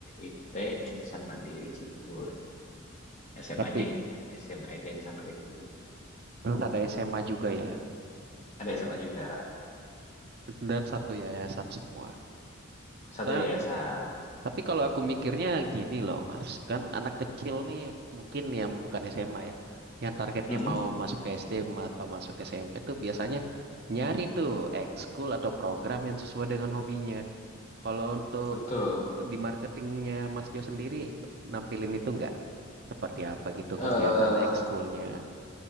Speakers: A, on the left (about 35°); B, on the right (about 50°).
A: IT Insan Mandiri Cibubur. SMA-nya
B: Tapi
A: SMA IT Insan Mandiri Cibubur.
B: terus ada SMA juga ya.
A: Ada SMA juga,
B: Dan satu yayasan semua.
A: satu
B: Nah,
A: yayasan.
B: tapi kalau aku mikirnya gini loh Mas, kan anak kecil nih mungkin yang bukan SMA ya, yang targetnya
A: Mm-mm,
B: mau masuk ke SD atau masuk ke SMP tuh biasanya nyari tuh ekskul atau program yang sesuai dengan hobinya. Kalau untuk
A: betul.
B: di marketingnya Mas Jo sendiri, nampilin itu nggak? Seperti apa gitu
A: Eh
B: kegiatan ekskulnya?